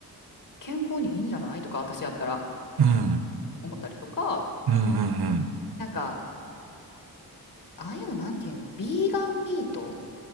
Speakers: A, on the left (about 55°); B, on the right (about 80°).
A: 健康にいいんじゃないとか私やったら
B: うん、
A: 思ったりとか
B: うん、うん。
A: なんかああいうのなんていうの、ビーガンミート